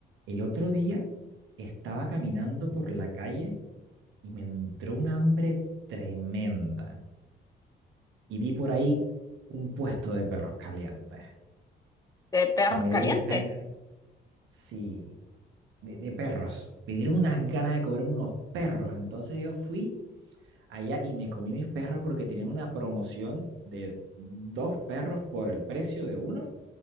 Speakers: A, on the right; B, on the left.
A: El otro día estaba caminando por la calle y me entró un hambre tremenda. Y vi por ahí un puesto de perros calientes.
B: de perros
A: Y me
B: calientes.
A: dieron una ganas sí, de, de perros. Me dieron unas ganas de comerme unos perros. Entonces yo fui allá y me comí mis perros porque tenían una promoción de dos perros por el precio de uno.